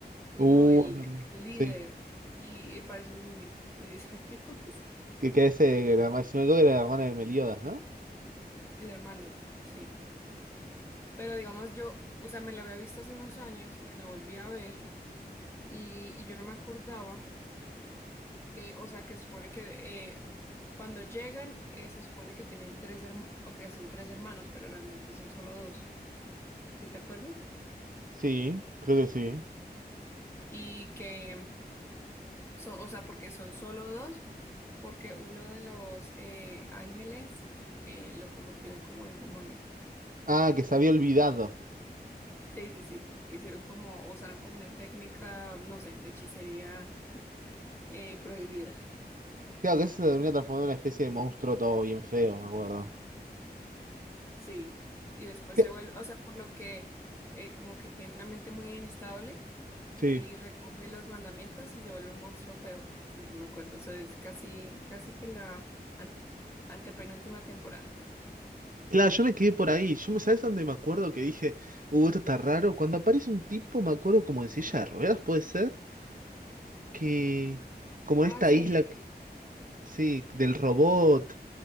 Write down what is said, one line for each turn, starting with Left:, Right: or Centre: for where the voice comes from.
Left: Sí,
Right: Uh,
Left: no, el, el líder,
Right: sí.
Left: y, y parece un niño de 10 años, <laughs>
Right: Que, que ese, que la herma- si no me equivoco, era la hermana de Meliodas, ¿no?
Left: el hermano, sí. Pero digamos, yo, o sea, me la había visto hace unos años, me la volví a ver, y, y yo no me acordaba, eh, o sea, que se supone que eh, cuando llegan, eh, se supone que tienen tres hermanos, o que son tres hermanos, pero realmente son solo dos. ¿sí te acuerdas?
Right: Sí, creo que sí.
Left: Y que son, o sea, porque son solo dos, porque uno de los eh, ángeles eh, lo convirtieron como en demonio.
Right: Ah, que se había olvidado.
Left: Sí, sí, sí, que hicieron como, usaron como una técnica, no sé, de hechicería eh, prohibida.
Right: Claro, que ese se termina transformando en una especie de monstruo todo bien feo, me acuerdo.
Left: Sí, y después
Right: ¿Qué?
Left: se vuelve, o sea, por lo que eh, como que tiene una mente muy inestable
Right: Sí.
Left: y recoge los mandamientos y se vuelve un monstruo feo, sí, sí me acuerdo, Eso es casi, casi que la an- antepenúltima temporada.
Right: Claro, yo me quedé por ahí. Yo me, ¿sabes dónde me acuerdo que dije, uh, esto está raro? Cuando aparece un tipo, me acuerdo como en silla de ruedas, puede ser, que como
Left: Ah,
Right: en esta
Left: sí,
Right: isla. Sí, del robot,